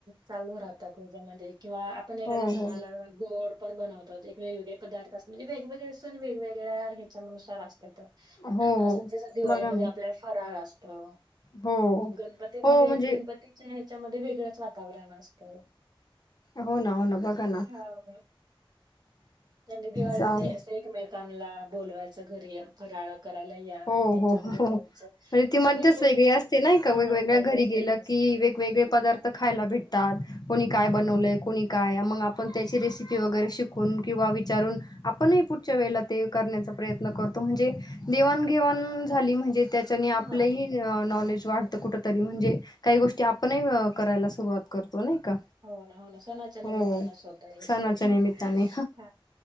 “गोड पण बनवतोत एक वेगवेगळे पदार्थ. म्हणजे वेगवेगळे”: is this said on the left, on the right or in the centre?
Right